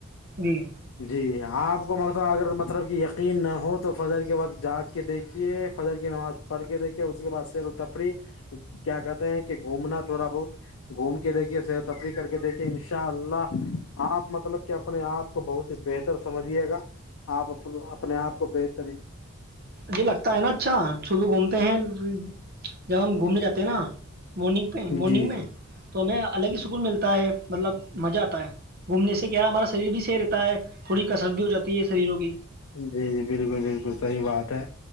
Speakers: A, on the right; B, on the left.
A: جی
B: جی آپ م اگر مطلب کہ یقین نہ ہو تو فجر کے وقت جاگ کے دیکھیے فجر کی نماز پڑھ کے دیکھیے اس کے بعد سیر و تفری کیا کہتے ہیں کہ کہ گھومنا تھوڑا بہت گھوم کے دیکھیے صحت تفریح کر کے دیکھیے ان شاء اللہ آپ مطلب کہ اپنے آپ کو بہت ہی بہتر سمجھیے گا آپ اپنے آپ کو بہتری
A: یہ لگتا ہے نا اچھا شبو گھومتے ہیں جی جب ہم گھومنے جاتے ہیں نا مارنگ پہ
B: جی
A: مارننگ
B: جی
A: میں تو ہمیں الگ ہی سکون ملتا ہے مطلب مزہ آتا ہے گھومنے سے کیا ہمارا شریر بھی صحیح رہتا ہے تھوڑی کسر بھی ہو جاتی ہے شریروں کی
B: جی جی بالکل بالکل صحیح بات ہے